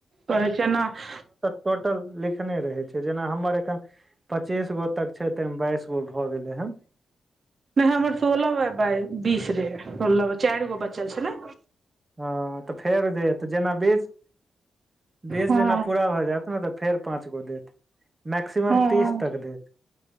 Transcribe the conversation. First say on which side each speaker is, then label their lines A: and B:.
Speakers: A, on the right; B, on the right.
A: कहै छ एनाऽ
B: टोटलऽ लिखने रहै छै जेना हम्मर एखन पचीस गो तक छै तइमें बाइस गो भऽ गेलै हनऽ
A: नइ हम्मर सोलह बाय बाइऽबीस रहै सोलह बा चारि गो बच्चल छ लै
B: हँ तऽ फेर देतऽ जना बेसऽ बेस
A: हँ
B: जेना पूरा भऽ जायत न तऽ फेर पाँच गो देतऽ मैक्सिमम
A: हँ
B: तीस तक देतऽ